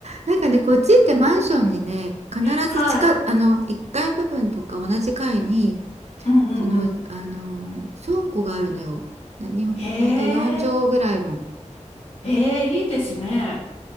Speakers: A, on the right (about 60°); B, on the left (about 55°).
A: なんかね、こっちってマンションにね、必ず地下、
B: はい。
A: あの、1階部分とか同じ階に
B: うんうんうん。
A: その、あのー倉庫があるのよ。な、日本、
B: へ
A: だいたい4畳ぐらいの。
B: え、へえ、いいですね。